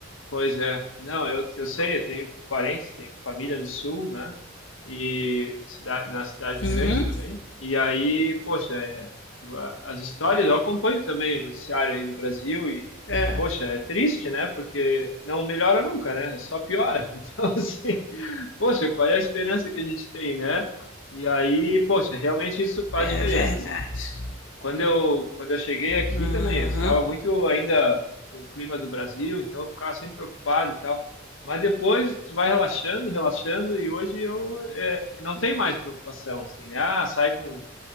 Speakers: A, on the left (about 85°); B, on the left (about 65°).
A: pois é. Não, eu, eu sei, eu tenho parentes, tenho família no sul, né? E cida- na cidade
B: Uhum.
A: grande também. E aí, poxa, é, a- as histórias, eu acompanho também o noticiário aí do Brasil e,
B: É,
A: poxa, é triste, né? Porque não melhora nunca, né? É Só piora. <laughs> Então, assim, poxa, qual é a esperança que a gente tem, né? E aí, poxa, realmente isso faz
B: é
A: diferença,
B: verdade.
A: assim. Quando eu, quando eu cheguei aqui
B: Uhum.
A: também, eu estava muito ainda com o clima do Brasil, então eu ficava sempre preocupado e tal. Mas depois tu vai relaxando, relaxando, e hoje eu eh, não tem mais preocupação, assim, né? Ah, sai com,